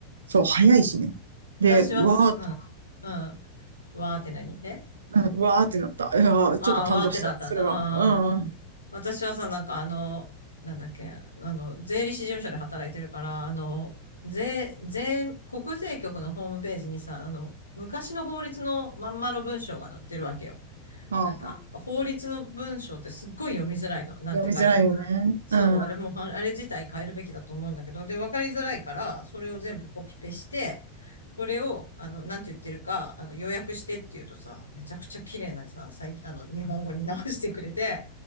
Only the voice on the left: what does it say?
私はす、
うん、うん、わーって何え
ああー、
わーってなったんだ。
ああ、
私はさ、なんかあの、なんだっけ、あの、税理士事務所で働いてるから、あの、税、税、国税局のホームページにさ、あの、昔の法律のまんまの文章が載ってるわけよ。
なんか、法律の文章ってすっごい読みづらいの。なんて書いてあるか。
そう、
あれも、ああれ自体変えるべきだと思うんだけど、で、わかりづらいから、それを全部コピペして、これを、あの、なんて言ってるか、あの、要約してって言うとさ、めちゃくちゃ綺麗なさ、最近、あの、日本語に直してくれて、